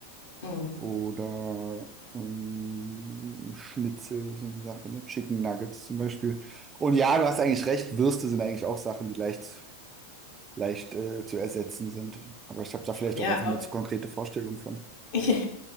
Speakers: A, on the left (about 50°); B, on the right (about 20°).
A: Mhm.
B: Oder ähm, Schnitzel, so eine Sache, ne? Chicken Nuggets zum Beispiel. Und ja, du hast eigentlich recht, Würste sind eigentlich auch Sachen, die leicht, leicht äh, zu ersetzen sind. Aber ich habe da vielleicht
A: Ja,
B: auch einfach nur zu konkrete Vorstellungen von.
A: <laughs> Ja,